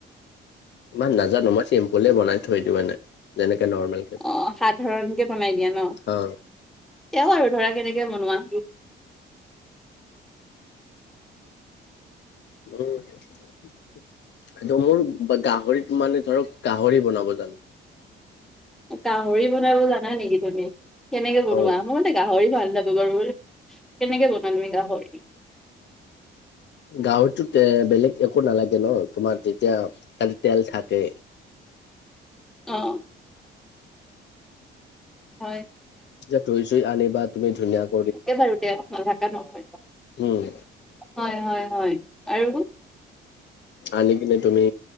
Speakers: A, on the left; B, in the centre.
A: ইমান নাজানো মই চিম্পুলেই বনাই থৈ দিওঁ মানে যেনেকে নৰ্মেল, কে
B: অ সাধাৰণকে বনাই দিয়া ন
A: হা
B: তেওঁ আৰু ধৰা কেনেকে বনোৱা।
A: উম, মোৰ গাহৰিত মানে ধৰক গাহৰি বনাব জানো।
B: গাহৰি বনাব জানা নেকি তুমি কেনেকে বনোৱা
A: অ
B: মই গাহৰি ভাল নাপাও বাৰু মই কেনেকে বনোৱা তুমি গাহৰি?
A: গাহৰিতো তে বেলেগ একো নালাগে ন তোমাৰ তেতিয়া তাতে তেল থাকে।
B: অ, হয়।
A: এতি ধুই চুই আনিবা তুমি ধুনীয়াকে।
B: এইবাৰ উঠয়া <unintelligible>
A: উম
B: হয় হয় হয় আৰু
A: আনি কিনে তুমি